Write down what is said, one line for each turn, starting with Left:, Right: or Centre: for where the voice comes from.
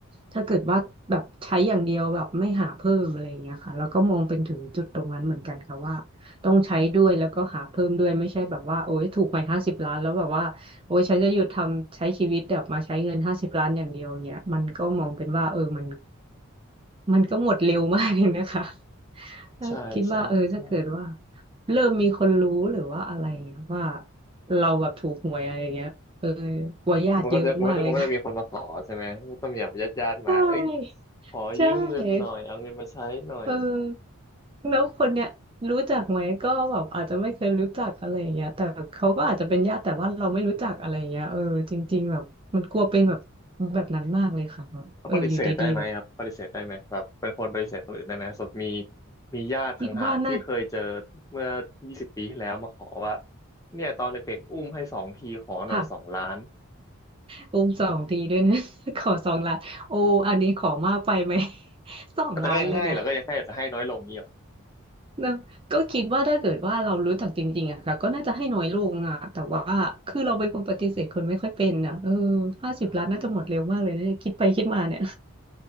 Right: ถ้าเกิดว่าแบบใช้อย่างเดียวแบบไม่หาเพิ่มอะไรอย่างเงี้ยค่ะแล้วก็มองเป็นถึงจุดตรงนั้นเหมือนกันค่ะว่าต้องใช้ด้วยแล้วก็หาเพิ่มด้วยไม่ใช่แบบว่าโอ้ยถูกหวยห้าสิบล้านแล้วแบบว่าโอ้ยฉันจะหยุดทำใช้ชีวิตแบบมาใช้เงินห้าสิบล้านอย่างเดียวเนี่ยมันก็มองเป็นว่าเออมันมันก็หมดเร็วมากเลยนะคะ <laughs> แล้วคิดว่าเออถ้าเกิดว่า
Left: ใช่ใช่ใช่
Right: เริ่มมีคนรู้หรือว่าอะไรเนี่ยว่า เราแบบถูกหวยอะไรอย่างเงี้ยเออวัยญาติเยอะมากเลยค่ะ
Left: มันก็จะมันก็จะมันก็จะมีคนมาขอใช่ไหมมันต้องมีแบบญาติญาติมาเอ้ย
Right: <laughs> ใช่
Left: ขอยืมเงินหน่อยเอาเงินมาใช้หน่อย
Right: ใช่เออแล้วคนเนี้ยรู้จักไหมก็แบบอาจจะไม่เคยรู้จักอะไรอย่างเงี้ยแต่เขาก็อาจจะเป็นญาติแต่ว่าเราไม่รู้จักอะไรอย่างเงี้ยเออจริงๆแบบมันกลัวเป็นแบบแบบนั้นมากเลยค่ะแบบเอออยู่ดีๆแบบ
Left: เขาปฏิเสธได้ไหมครับปฏิเสธได้ไหมแบบเป็นคนปฏิเสธคนอื่นได้ไหมสมมติมีมีญาติห่างๆที่เคยเจอ
Right: คิดว่าน่า
Left: เมื่อยี่สิบปีที่แล้วมาขอว่าเนี่ยตอนเด็กๆอุ้มให้สองทีขอหน่อยสองล้าน
Right: ค่ะโอมสองทีด้วยนะ <laughs> ขอสองล้านโออันนี้ขอมากไปไหม <laughs> สองล้านเลยนะ
Left: แต่ก็ยังให้เหรอก็ยังให้แต่ให้น้อยลงนี่หรอ
Right: นะก็คิดว่าถ้าเกิดว่าเรารู้จักจริงๆอะค่ะก็น่าจะให้น้อยลงอะแต่ว่าคือเราเป็นคนปฏิเสธคนไม่ค่อยเป็นอะเออห้าสิบล้านน่าจะหมดเร็วมากเลยนะเนี่ยคิดไปคิดมาเนี่ย
Left: อ้าว